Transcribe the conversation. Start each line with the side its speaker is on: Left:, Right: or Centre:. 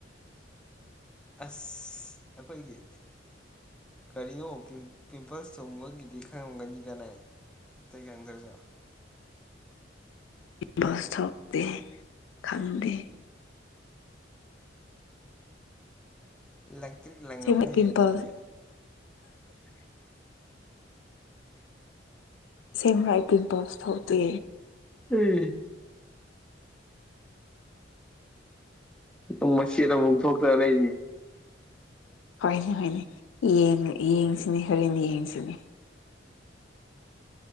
Centre: ꯑꯁ ꯑꯩꯈꯣꯏꯒꯤ ꯀꯔꯤꯅꯣ ꯄꯤꯝꯄꯜꯁ ꯊꯨꯡꯕꯒꯤꯗꯤ ꯈꯪꯉꯝꯒꯅꯤꯗ ꯅꯪ ꯏꯇꯩꯇꯩ ꯀꯦꯟꯗ꯭ꯔ ꯆ
Left: ꯍꯁ ꯊꯣꯛꯗ ꯈꯝꯗ
Centre: ꯂꯪ ꯀꯛ ꯂꯪꯉꯝꯃꯅꯤꯍꯦ
Left: ꯁꯤ ꯄꯤꯝꯄꯜ
Centre: ꯑꯗꯨꯗꯤ
Left: ꯁꯦꯝ ꯔꯥꯏꯇꯤꯡ ꯄꯁ ꯊꯧꯇ
Centre: ꯎꯝ ꯑꯦ ꯃꯆꯦꯠ ꯑꯃꯨꯛ ꯊꯣꯛꯇ꯭ꯔ ꯂꯩꯁꯦ
Left: ꯍꯣꯏꯅꯦ ꯍꯣꯏꯅꯦ ꯌꯦꯡ ꯌꯦꯡꯁꯤꯅꯦ ꯍꯣꯔꯦꯟ ꯌꯦꯡꯁꯤꯅꯦ